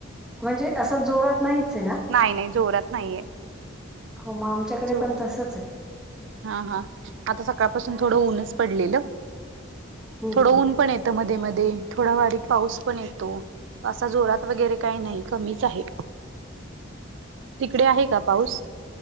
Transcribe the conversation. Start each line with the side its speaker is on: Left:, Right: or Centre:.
Centre: म्हणजे असं जोरात नाहीचय ना.
Right: नाही नाही जोरात नाहीये
Centre: हो मग आमच्याकडे
Right: जोरात
Centre: पण तसंच आहे.
Right: हा हा आता सकाळपासून थोडं ऊनच पडलेलं.
Centre: हम्म
Right: थोडं
Centre: हम्म
Right: ऊन पण येतं मध्ये मध्ये थोडा बारीक पाऊस पण येतो. असा जोरात वगैरे काही नाही कमीच आहे.
Centre: <inaudible>
Right: तिकडे आहे का पाऊस?